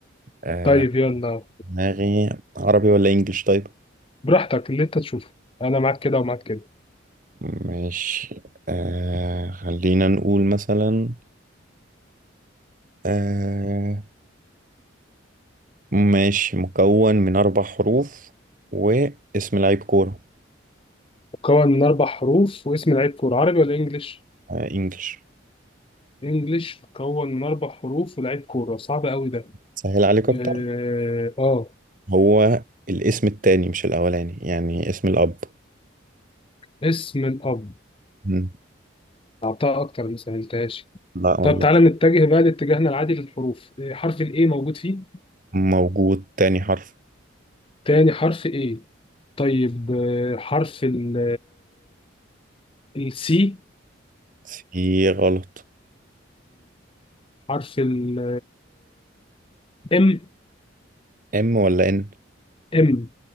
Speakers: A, on the right; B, on the left.
A: آه،
B: طيب يلا
A: دماغي عربي ولا إنجليش طيب
B: براحتك اللي انت تشوفه انا معاك كده ومعاك كده
A: ماشي آه، خلينا نقول مثلا آه، ماشي مكون من أربع حروف واسم لعيب كورة
B: مكون من اربع حروف واسم لعيب كوره عربي ولا انجليش
A: آه، إنجليش
B: انجليش مكون من اربع حروف ولاعيب كوره صعب قوي ده
A: سهل عليك أكتر
B: اه آه.
A: هو الاسم التاني مش الأولاني يعني اسم الأب
B: اسم الاب
A: مم.
B: اعطاها اكتر ما سهلتهاش
A: لا والله
B: طب تعالى نتجه بقى لاتجاهنا العادي للحروف آه، حرف الايه موجود فيه
A: موجود تاني حرف
B: تاني حرف A طيب آه، حرف ال السي
A: سي غلط
B: حرف ال ام
A: ام ولا ان
B: ام